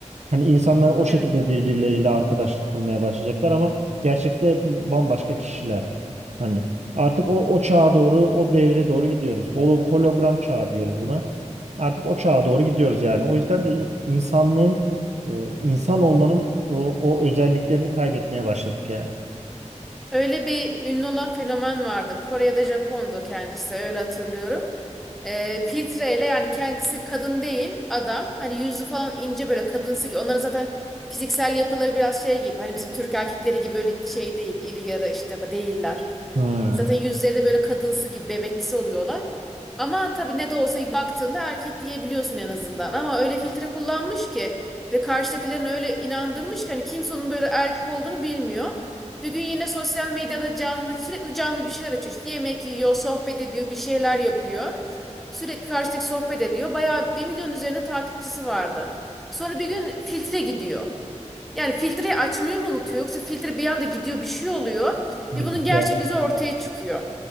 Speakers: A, on the right; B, in the centre.
A: Hani insanlar o şekilde
B: Evet.
A: birbirleriyle arkadaşlık kurmaya başlayacaklar ama gerçekte bambaşka kişiler. Hani artık o, o çağa doğru, o devre doğru gidiyoruz. Holo- hologram çağı diyoruz buna. Artık o çağa doğru gidiyoruz yani. O yüzden de in- insanlığın, e, insan olmanın o, o özelliklerini kaybetmeye başladık yani.
B: Öyle bir ünlü olan fenomen vardı. Kore'de Japon'du kendisi öyle hatırlıyorum. Ee, filtreyle yani kendisi kadın değil adam. Hani yüzü falan ince böyle kadınsı. Onların zaten fiziksel yapıları biraz şey gibi. Hani bizim Türk erkekleri gibi böyle şey değil. iri yarı işte değiller.
A: Ha,
B: Zaten yüzleri de böyle kadınsı gibi bebeksi oluyorlar. Ama tabii ne de olsa baktığında erkek diyebiliyorsun en azından. Ama öyle filtre kullanmış ki ve karşıdakilerini öyle inandırmış ki hani kimse onun böyle erkek olduğunu bilmiyor. Bir gün yine sosyal medyada canlı sürekli canlı bir şeyler açıyor. İşte yemek yiyor, sohbet ediyor, bir şeyler yapıyor. Sürekli karşıdaki sohbet ediyor. Bayağı bir milyon üzerinde takipçisi vardı. Sonra bir gün filtre gidiyor. Yani filtreyi açmayı mı unutuyor yoksa filtre bir anda gidiyor bir şey oluyor
A: Bilgisayar.
B: ve bunun gerçek yüzü ortaya çıkıyor.